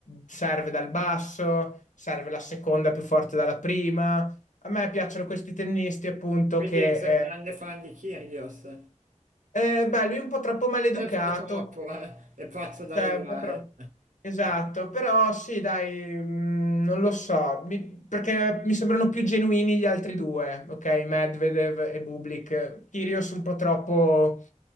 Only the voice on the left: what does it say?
serve dal basso, serve la seconda più forte dalla prima. A me piacciono questi tennisti, appunto,
che
eh,
eh, beh, lui è un po' troppo maleducato,
cioè
un po' troppo. Esatto, però sì, dai, mm, non lo so, mi- perché mi sembrano più genuini gli altri due, ok? Medvedev e Bublik. Kyrgios un po' troppo